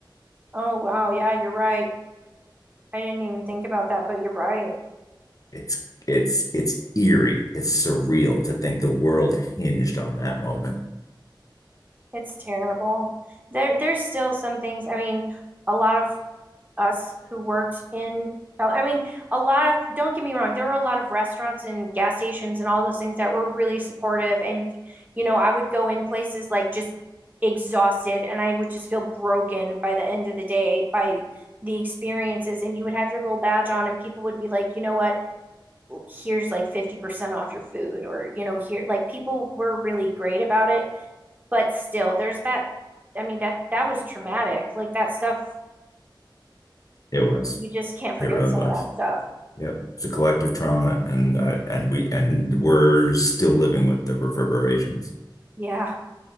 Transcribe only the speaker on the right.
Oh wow, yeah, you're right. I didn't even think about that, but you're right.
It's terrible. There there's still some things. I mean, a lot of us who worked in I mean, a lot of, don't get me wrong, there were a lot of restaurants and gas stations and all those things that were really supportive. And, you know, I would go in places like just exhausted and I would just feel broken by the end of the day by the experiences. And you would have your little badge on and people would be like, you know what, here's like 50% off your food or, you know, here, like people were really great about it. But still, there's that. I mean, that, that was traumatic. Like that stuff
you just can't forget
some
of that stuff.
Yeah.